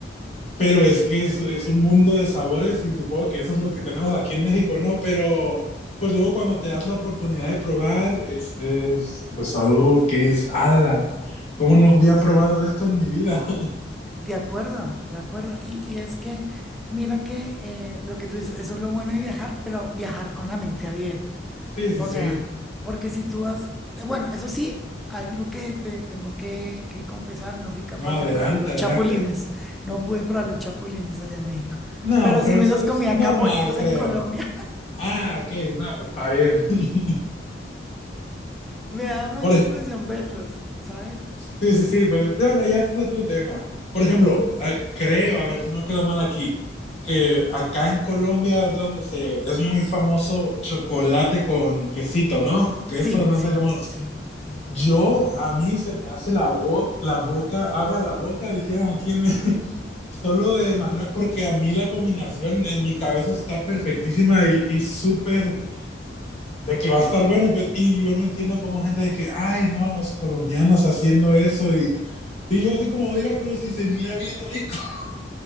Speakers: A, on the left; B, in the centre.
A: pero es que es, es un mundo de sabores y supongo que eso es
B: ujú.
A: lo que tenemos aquí en México, ¿no? Pero pues luego cuando te das la oportunidad de probar, es, es pues algo que dices, ala, ¿cómo no había probado esto en mi vida? <laughs>
B: De acuerdo, de acuerdo. Y, y es que, mira que eh, lo que tú dices, eso es lo bueno de viajar, pero viajar con la mente abierta.
A: Sí, sí,
B: O
A: sí.
B: sea, porque si tú vas, eh, bueno, eso sí, algo que te tengo que, que confesar, no fui capaz
A: No, adelante,
B: de probar los
A: adelante.
B: chapulines. No pude probar los chapulines allá en México,
A: No,
B: pero
A: pero
B: sí me
A: eso
B: los
A: es
B: comí acá
A: normal,
B: molidos
A: creo.
B: en Colombia. <laughs>
A: Ah, ok, no, pues está bien. <laughs>
B: Me da mucha
A: Por ej-
B: impresión verlos, ¿sabes?
A: Sí, sí, sí, pero bueno, ya ese es otro tema. Por ejemplo, ah, creo, a ver si no quedó mal aquí, que acá en Colombia es donde se es muy famoso chocolate con quesito, ¿no? queso
B: Sí,
A: no
B: sí,
A: sé cómo.
B: sí, sí,
A: Yo
B: sí.
A: a mí se me hace la boca, la boca, agua a la boca, dijeron aquí en México. <laughs> Solo de imaginar, porque a mí la combinación en mi cabeza está perfectísima y, y súper de que va a estar bueno, pues, y yo no entiendo cómo gente de que, ay, no, los colombianos haciendo eso y y yo así como, diga, pero si se mira bien rico. <laughs>